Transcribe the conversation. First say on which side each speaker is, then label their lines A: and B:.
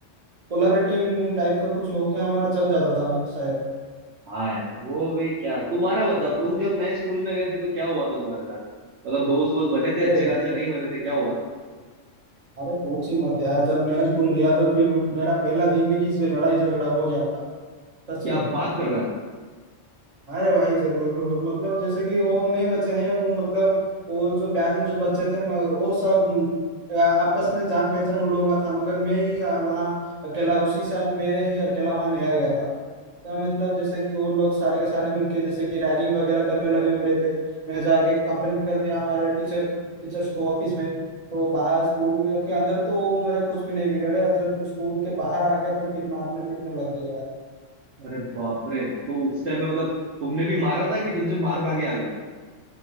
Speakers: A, on the right; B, on the right.
A: कोलाबरेटिंग टाइप का कुछ होके हमारा चल जाता था शायद
B: हाँ यार वो भी क्या तुम्हारा बताओ तुम जब नए स्कूल में गए थे तो क्या हुआ था तुम्हारे साथ मतलब दोस्त वोस्त बने थे अच्छे
A: ए,
B: खासे नहीं बने थे क्या हुआ था
A: अरे पूछ ही मत यार जब नया स्कूल गया तो फिर मेरा पहला दिन ही किसी से लड़ाई झगड़ा हो गया था सच
B: क्या
A: में
B: बात कर रहा है
A: अरे भाई जरूर मतलब जैसे कि वो नए बच्चे हैं वो मतलब वो जो बैच में जो बच्चे थे म- वो सब अ, आपस में जान पहचान उन लोगों का था मगर मैं ही अ, वहाँ अकेला उसी साल मैंने ही अकेला वहाँ नया गया था तो मतलब जैसे कि वो लोग सारे के सारे मिलके जैसे कि रैगिंग वगैरह करने लगे मेरे पे मैं जाके कंप्लेन कर दिया हमारे टीचर टीचर्स को ऑफिस में तो बाहर स्कूल के अंदर तो मेरे कुछ भी नहीं बिगड़े और जब स्कूल के बाहर आ गया तो फिर मारने पीटने लग गए
B: अरे बाप रे तो उस टाइम में मतलब तुमने भी मारा था कि तुमसे मार खा के आ गए